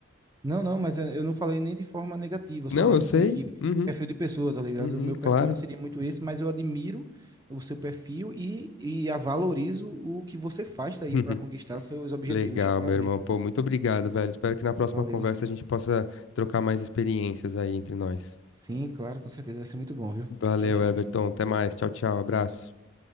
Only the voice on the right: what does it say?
Não, não, mas eu eu não falei nem de forma negativa, eu só
disse
assim que
perfil de pessoa, tá ligado?
O meu perfil
não seria muito esse, mas eu admiro o seu perfil e, e a valorizo o que você faz daí
para conquistar seus objetivos.
Parabéns.
Valeu.
Sim, claro, com certeza vai ser muito bom, viu?
Tchau, tchau.